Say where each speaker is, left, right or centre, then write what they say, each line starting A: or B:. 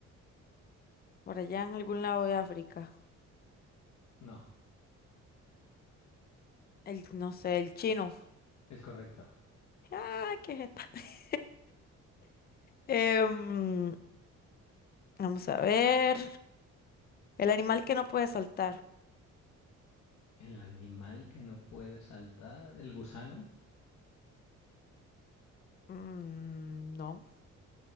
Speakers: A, on the left (about 30°); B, on the left (about 65°).
A: por allá en algún lado de África.
B: No,
A: El, no sé, el chino.
B: es correcto.
A: Ah, ¿qué es <laughs> Em, vamos a ver. El animal que no puede saltar.
B: El animal que no puede saltar, el gusano,
A: Mm, no.